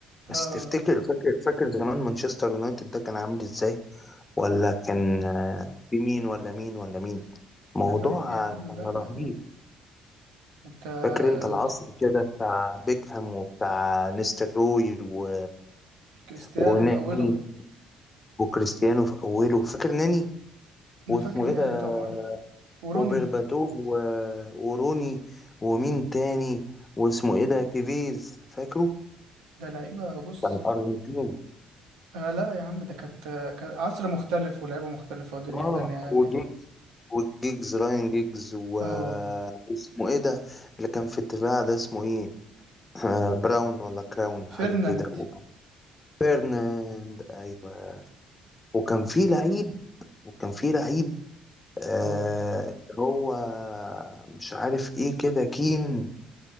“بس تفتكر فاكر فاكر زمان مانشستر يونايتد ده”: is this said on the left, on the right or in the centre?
Left